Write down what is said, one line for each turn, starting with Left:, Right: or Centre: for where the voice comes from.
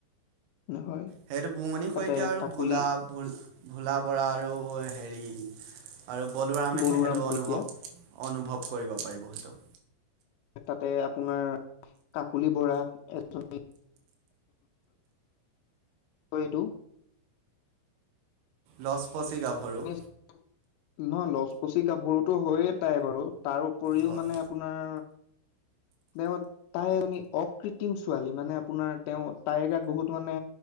Left: নহয়
Right: সেইটো বুমনি
Left: তাতে
Right: শইকীয়া আৰু
Left: কাকুলি
Right: ভোলা ভ'ল ভোলা বৰা আৰু হেৰি আৰু বলোৰামেহে
Left: বলোৰাম
Right: সেইটো
Left: শইকীয়া
Right: অনুভৱ-অনুভৱ কৰিব পাৰিব সেইটো।
Left: তাতে আপোনাৰ কাকলি বৰা এজনী হয় এইটো
Right: লছপচি গাভৰু
Left: নহ লছপচি গাভোৰতো হয়ে তাই বাৰু তাৰ পৰিও
Right: হয়
Left: মানে আপোনাৰ তেও তাই <unintelligible> অকৃত্ৰিম ছোৱালী মানে আপোনাৰ তেওঁ তাইৰ গাত বহুত মানে